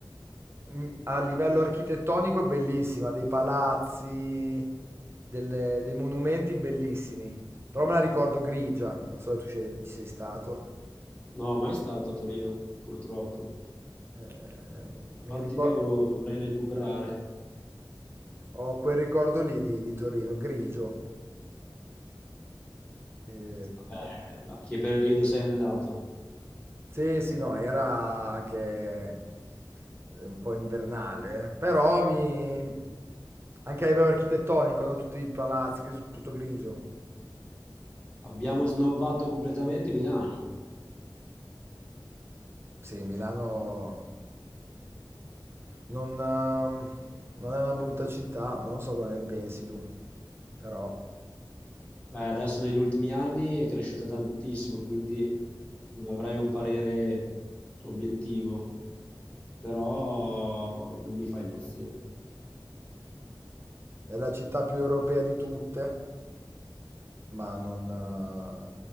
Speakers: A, on the right; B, on the left.
A: Mm, A livello architettonico è bellissima, dei palazzi, delle- dei monumenti bellissimi. Però me la ricordo grigia, non so se tu ci ci sei stato.
B: No, mai stato a Torino, purtroppo.
A: Eh, mi
B: Infatti
A: ricor-
B: devo- dovrei recuperare.
A: ho quel ricordo lì di, di Torino, grigio. Eh,
B: Vabbè,
A: per-
B: ma che periodo sei andato?
A: sì, sì, no, era anche eh, un po' invernale, eh. però mi... anche a livello architettonico, no? Tutti i palazzi, tutto grigio.
B: Abbiamo snobbato completamente Milano.
A: Sì, Milano Non, ehm, non è una brutta città, ma non so cosa ne pensi tu, però
B: Beh, adesso negli ultimi anni è cresciuta tantissimo, quindi non avrei un parere obiettivo, però non mi fa impazzire.
A: è la città più europea di tutte, ma non, eh,